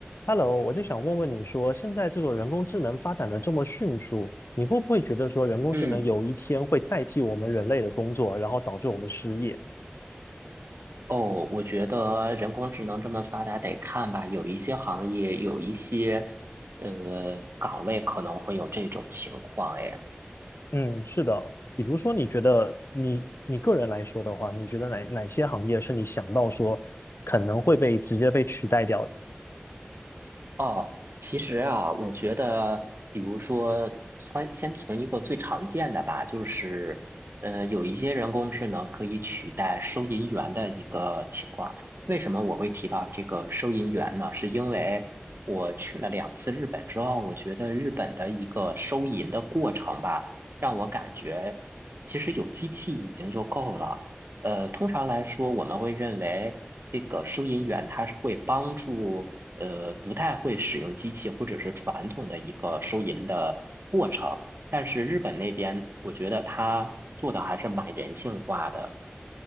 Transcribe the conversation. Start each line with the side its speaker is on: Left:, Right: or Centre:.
Left: Hello，我就想问问你说，现在这个人工智能发展的这么迅速，你会不会觉得说人工智能有一天会代替我们人类的工作，
Right: 嗯，
Left: 然后导致我们失业？
Right: 哦，我觉得人工智能这么发达，得看吧。有一些行业，有一些呃岗位可能会有这种情况。哎，
Left: 嗯，是的。比如说，你觉得你你个人来说的话，你觉得哪哪些行业是你想到说可能会被直接被取代掉的？
Right: 哦，其实啊，我觉得，比如说，存先从一个最常见的吧，就是，呃，有一些人工智能可以取代收银员的一个情况。为什么我会提到这个收银员呢？是因为我去了两次日本之后，我觉得日本的一个收银的过程吧，让我感觉其实有机器已经就够了。呃，通常来说，我们会认为这个收银员他是会帮助。呃，不太会使用机器或者是传统的一个收银的过程。但是日本那边，我觉得他做的还是蛮人性化的。